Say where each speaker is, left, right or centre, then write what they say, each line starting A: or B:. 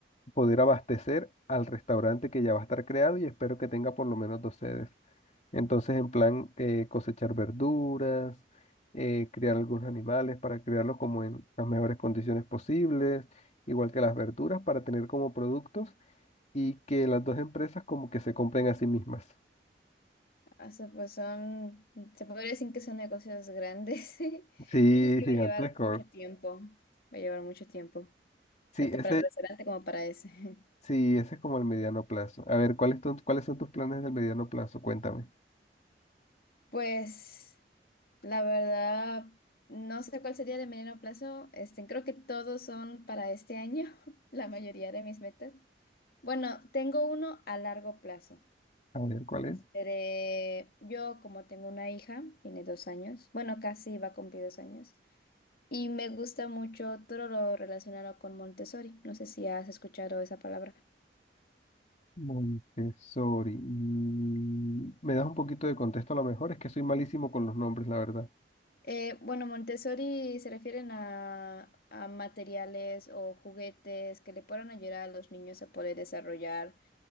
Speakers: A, on the left (about 40°); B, on the left (about 60°).
A: poder abastecer al restaurante que ya va a estar creado y espero que tenga por lo menos dos sedes. Entonces, en plan, eh, cosechar verduras, eh, criar algunos animales para criarlos como en las mejores condiciones posibles, igual que las verduras para tener como productos y que las dos empresas como que se compren a sí mismas.
B: O sea, pues son, se podría decir que son negocios grandes. <laughs> Eso
A: Sí,
B: sí
A: gigantesco.
B: va a llevar mucho tiempo. Va a llevar mucho tiempo,
A: Sí,
B: tanto
A: ese,
B: para el restaurante como para ese. <laughs>
A: sí, ese es como el mediano plazo. A ver, ¿cuáles son, cuáles son tus planes del mediano plazo? Cuéntame.
B: Pues, la verdad, no sé cuál sería de mediano plazo. Este, creo que todos son para este año, <laughs> la mayoría de mis metas. Bueno, tengo uno a largo plazo.
A: A ver, ¿cuál es?
B: de yo, como tengo una hija, tiene dos años, bueno, casi va a cumplir dos años. Y me gusta mucho todo lo relacionado con Montessori. No sé si has escuchado esa palabra.
A: Montessori. Mm, ¿Me das un poquito de contexto a lo mejor? Es que soy malísimo con los nombres, la verdad.
B: Eh, bueno, Montessori se refieren a, a materiales o juguetes que le puedan ayudar a los niños a poder desarrollar